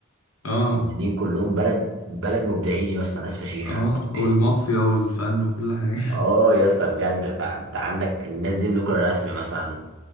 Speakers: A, on the left; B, on the right.
A: اه
B: المدنيين كلهم بلد بلد مبدعين يا اسطى ناس فشيخه
A: اه
B: يعني
A: والمافيا والفن وكل حاجه
B: اه يا اسطى بجد فانت عندك الناس دي ملوك الرسم مثلا